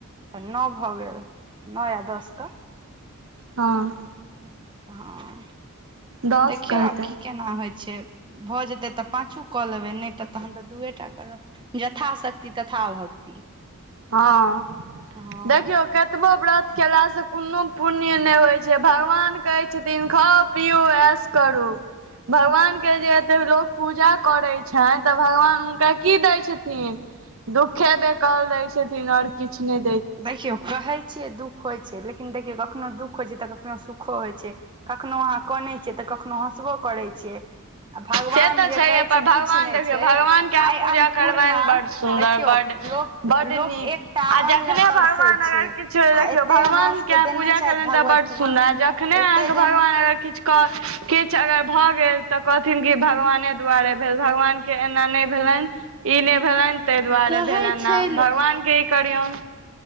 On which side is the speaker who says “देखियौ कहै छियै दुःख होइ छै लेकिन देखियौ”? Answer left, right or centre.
Right